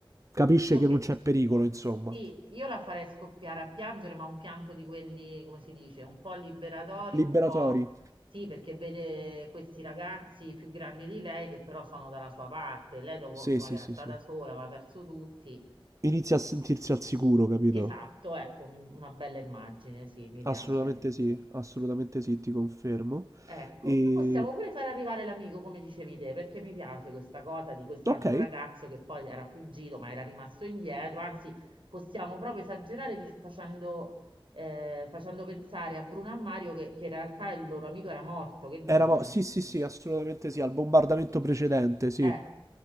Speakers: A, on the right; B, on the right.
A: Capisce
B: Credo
A: che
B: che
A: non c'è pericolo, insomma.
B: sì, io la farei scoppiare a piangere, ma un pianto di quelli, come si dice, un po' liberatorio,
A: Liberatori.
B: un po' sì, perché vede questi ragazzi più grandi di lei che però sono dalla sua parte. Lei dopo,
A: Sì,
B: insomma,
A: sì,
B: che era
A: sì,
B: stata
A: sì.
B: sola, aveva perso tutti.
A: Inizia a sentirsi al sicuro, capito?
B: Esatto, ecco, un- una bella immagine, sì, mi piace.
A: Assolutamente sì, assolutamente sì, ti confermo.
B: Ecco,
A: E...
B: poi possiamo pure far arrivare l'amico, come dicevi te, perché mi piace questa cosa di quest'altro
A: Ok,
B: ragazzo che poi era fuggito ma era rimasto indietro. Anzi, possiamo proprio esagerare di- facendo, eh, facendo pensare a Bruno e a Mario che, che in realtà il loro amico era morto. Che dici?
A: eravamo... Sì, sì, sì, assolutamente sì, al bombardamento precedente, sì.
B: Eh,